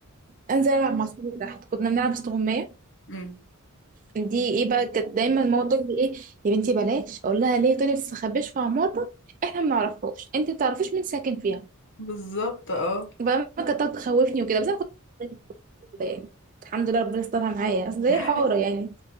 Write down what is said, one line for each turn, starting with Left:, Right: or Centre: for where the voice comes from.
Right: انزل العب مع صحابي تحت كنا بنلعب استغمايه
Left: امم
Right: دي ايه بقى كانت دايما ماما تقول لي ايه يا بنتي بلاش اقول لها ليه تقولي ما تستخبيش في عماره احنا ما نعرفهاش انت ما تعرفيش مين ساكن فيها
Left: بالظبط اه
Right: بقى ماما كانت تقعد تخوفني وكده بس انا كنت كده يعني الحمد لله ربنا استرها معايا اصل هي
Left: <laughs>
Right: حاره يعني